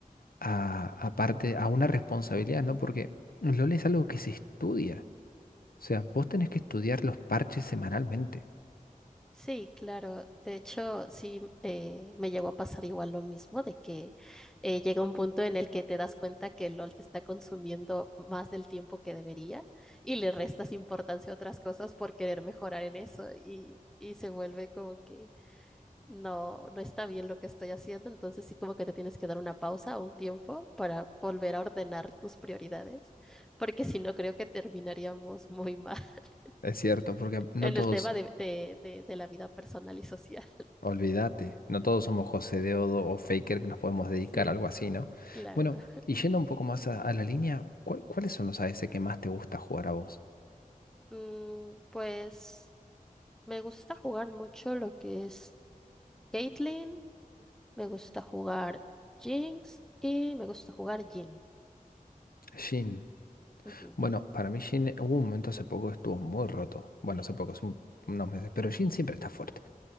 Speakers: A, on the left; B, in the centre.
A: a, a parte- a una responsabilidad, ¿no? Porque LOL es algo que se estudia. O sea, vos tenés que estudiar los parches semanalmente.
B: Sí, claro. De hecho, sí, eh, me llegó a pasar igual lo mismo, de que eh, llega un punto en el que te das cuenta que el LOL te está consumiendo más del tiempo que debería y le restas importancia a otras cosas por querer mejorar en eso y, y se vuelve como que no, no está bien lo que estoy haciendo, entonces sí como que te tienes que dar una pausa o un tiempo para volver a ordenar tus prioridades, porque si no creo que terminaríamos muy mal <laughs>
A: Es cierto, porque no
B: en
A: todos,
B: el tema de, de de- de la vida personal y social.
A: olvídate, no todos somos José Deodo o Faker que nos podemos dedicar
B: Sí,
A: a algo así, ¿no?
B: claro.
A: Bueno,
B: <laughs>
A: y yendo un poco más a, a la línea, ¿cuál- ¿cuáles son los AS que más te gusta jugar a vos?
B: Mm, pues me gusta jugar mucho lo que es Caitlyn, me gusta jugar Jinx y me gusta jugar Jhin.
A: Jhin.
B: Ujú,
A: Bueno, para mí Jhin hubo un momento hace poco que estuvo muy roto. Bueno, hace poco, hace un- unos meses, pero Jhin siempre está fuerte.